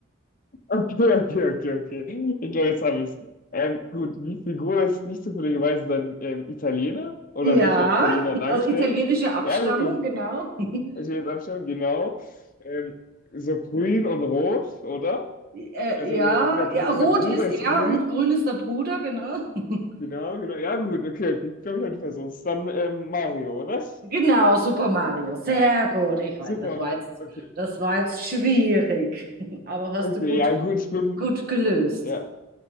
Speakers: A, on the left; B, on the right.
A: Okay, okay, okay, okay. Ich glaube, jetzt habe ich es. Ähm, gut, die Figur ist nicht zufälligerweise dann ähm, Italiener oder
B: Ja,
A: wird als Italiener dargestellt?
B: also italienische Abstammung,
A: Ja, gut.
B: genau. <laughs>
A: Ich will jetzt abstimmen, genau. Ähm, so grün und rot, oder?
B: Äh,
A: Also
B: ja,
A: so, der, Bru
B: ja, rot
A: der Bruder
B: ist
A: ist
B: er
A: grün.
B: und grün ist der Bruder, genau. <laughs>
A: Genau, genau. Ja, gut, okay, okay. Ich glaube, ich habe die Person. ist dann ähm, Mario, oder?
B: Genau, Super Mario. Sehr gut. Ich weiß,
A: Super,
B: das war jetzt,
A: okay.
B: das war jetzt schwierig, <laughs> aber hast
A: Okay,
B: du gut,
A: ja, gut, ich bin.
B: gut gelöst.
A: Ja,